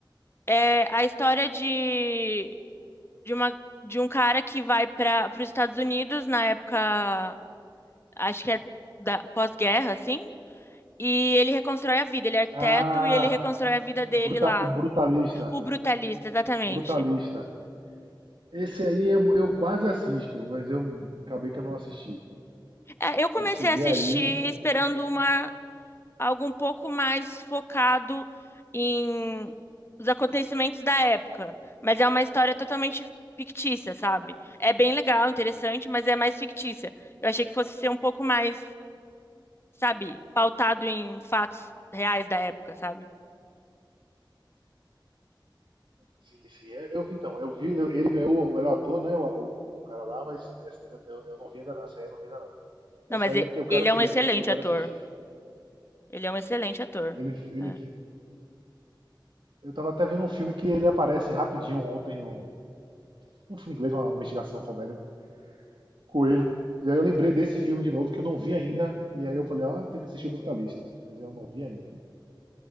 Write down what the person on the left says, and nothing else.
É a história de de uma de um cara que vai para os Estados Unidos na época, acho que é da pós-guerra, assim, e ele reconstrói a vida, ele é arquiteto
e ele reconstrói a vida dele
lá.
O Brutalista, exatamente.
É, eu comecei
a assistir
esperando uma algo um pouco mais focado em os acontecimentos da época, mas é uma história totalmente fictícia, sabe? É bem legal, interessante, mas é mais fictícia. Eu achei que fosse ser um pouco mais sabe, pautado em fatos reais da época, sabe?
Não,
mas
e-
ele
é um
excelente
ator.
Ele é um excelente ator.
É,